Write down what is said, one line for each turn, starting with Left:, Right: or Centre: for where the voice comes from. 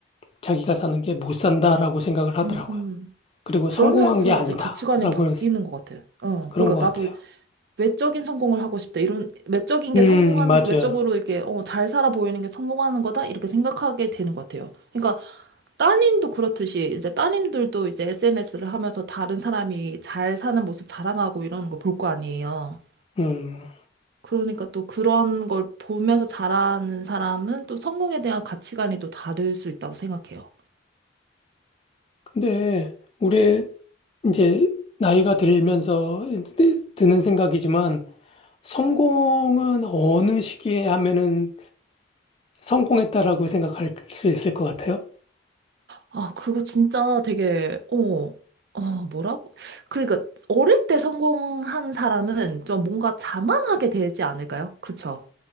Left: 자기가 사는 게 못 산다라고 생각을 하더라고요.
Right: 음, 음.
Left: 그리고
Right: 그러면서
Left: 성공한 게 아니다라고
Right: 이제 가치관이 바뀌는 것 같아. 어,
Left: 그런
Right: 그러니까
Left: 것 같아요.
Right: 나도 외적인 성공을 하고 싶다. 이런 외적인
Left: 음,
Right: 게 성공하는,
Left: 맞아요.
Right: 외적으로 이렇게 어, 잘 살아 보이는 게 성공하는 거다. 이렇게 생각하게 되는 것 같아요. 그러니까 따님도 그렇듯이 이제 따님들도 이제 SNS를 하면서 다른 사람이 잘 사는 모습 자랑하고 이러는 걸 볼 거 아니에요.
Left: 음.
Right: 그러니까 또 그런 걸 보면서 자라는 사람은 또 성공에 대한 가치관이 또 다를 수 있다고 생각해요.
Left: 근데 우리 이제 나이가 들면서 드는 생각이지만 성공은 어느 시기에 하면은 성공했다라고 생각할 수 있을 것 같아요.
Right: 아, 그거 진짜 되게, 어, 어, 뭐라고? 그러니까, 어릴 때 성공한 사람은 좀 뭔가 자만하게 되지 않을까요? 그쵸?